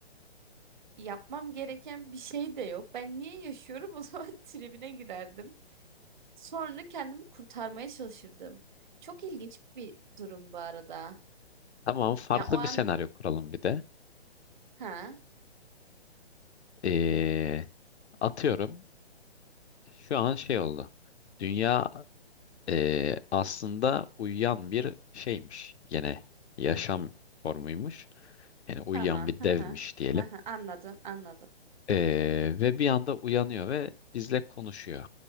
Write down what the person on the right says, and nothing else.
Yapmam gereken bir şey de yok. Ben niye yaşıyorum <laughs> o zaman tribine girerdim. Sonra kendimi kurtarmaya çalışırdım. Çok ilginç bir durum bu arada.
Ya o an
ha
Tamam.
Hı
hı.
Hı hı. Anladım, anladım.